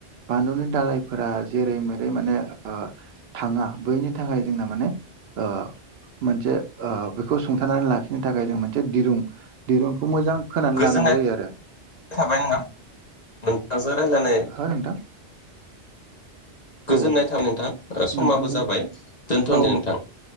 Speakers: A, on the right; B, on the left.
A: बानलुनि दालायफोरा जेरै मेरै माने ओ थाङा बैनि थाखाय जोंना माने ओ मोनसे ओ बेखौ सुंथानानै लाखिनो थाखाय जों मोन से दिरुं दिरुंखौ मोजां खानानै
B: गोजोननाय
A: लानांगौ जायो आरो
B: थाबाय नोंथां नोंथांजों रायलायनानै
A: हो नोंथां
B: गोजोननाय
A: औ
B: थाबाय नोंथां समाबो
A: नोंथांजों
B: जाबाय दोनथ'दो
A: औ
B: नोंथां